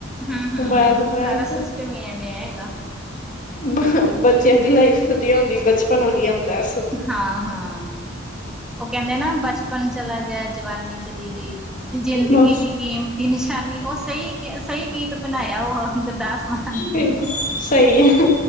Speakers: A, in the centre; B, on the left.
A: ਹਮ-ਹਮ
B: ਮੋਬਾਇਲ ਤੋਂ ਬਗੈਰ
A: ਸਾਰਾ ਸਿਸਟਮ ਈ ਐਵੇਂ ਹੈਗਾ।
B: ਬ ਬੱਚੇਆਂ ਦੀ ਲਾਈਫ ਵਧੀਆ ਹੁੰਦੀ, ਬਚਪਨ ਵਧੀਆ ਹੁੰਦਾ ਏ।
A: ਹਾਂ-ਹਾਂ ਉਹ ਕੇਹੰਦੇ ਨਾ, ਬਚਪਨ ਚਲਾ ਗੇਆ ਏ, ਜਵਾਨੀ ਚਲੀ ਗਈ। ਜ਼ਿੰਦਗੀ
B: ਬਸ।
A: ਦੀ ਕੀਮਤੀ ਨਿਸ਼ਾਨੀ, ਓਹ ਸਈ ਕੇ ਸਈ ਗੀਤ ਬਣਾਏਆ ਏ ਓ ਗੁਰਦਾਸ ਮਾਨ
B: ਬਿਲਕੁਲ
A: ਨੇ।
B: ਸਹੀ ਹੈ